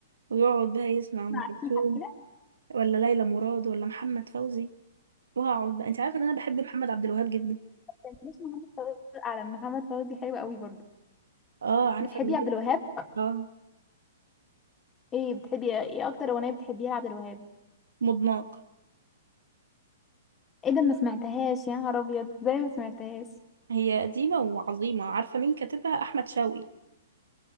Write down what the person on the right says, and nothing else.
ويقعد بقى يسمع أم
كلثوم
ولا ليلى مراد ولا محمد فوزي وهقعد بقى أنت عارفة إن أنا بحب محمد عبد الوهاب جدا
آه عارفة
اللي
هي
آه
مضناك
هي قديمة وعظيمة عارفة مين كاتبها أحمد شوقي